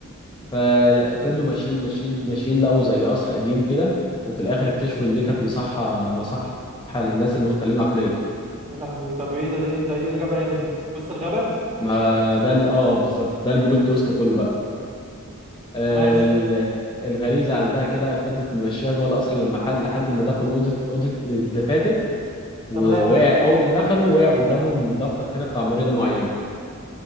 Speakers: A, on the left (about 20°); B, on the right (about 30°).
A: ففضلوا ماشيين ماشيين ماشيين لقوا زي قصر قديم كده وفي الاخر اكتشفوا ان دي كانت مصحة مصحة للناس المختلين عقليا
B: يا لهوي طب ايه ده ايه ده ايه الغابه هنا دي في وسط الغابه
A: ما ده ال- اه بالظبط ده البلوت تويست كله بقى آه،
B: ماشي
A: ال- الغريزة عندها كده فضلت ممشيها جوه القصر لما حل لحد ما دخلوا أوضة أوضة الدفاتر ووقع
B: تمام
A: أول ما دخلوا وقع قدامهم دفتر كده بتاع مريضة معينة